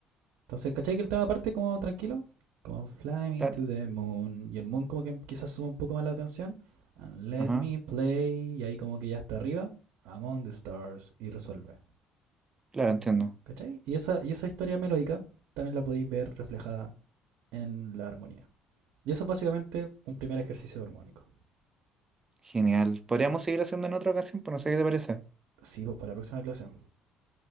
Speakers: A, on the right; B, on the right.
A: Entonces, ¿cachai que el tema parte como tranquilo? Como Fly Me
B: claro,
A: to the Moon. Y el Moon como que quizás sube un poco más la tensión. And let
B: ajá,
A: me play. Y ahí como que ya está arriba. Among the Stars. Y resuelve.
B: claro, entiendo.
A: ¿Cachai? Y esa, y esa historia melódica también la podéis ver reflejada en la armonía. Y eso es básicamente un primer ejercicio armónico.
B: Genial. Podríamos seguir haciendo en otra ocasión, pues no sé qué te parece.
A: Sí, pues para la próxima clase.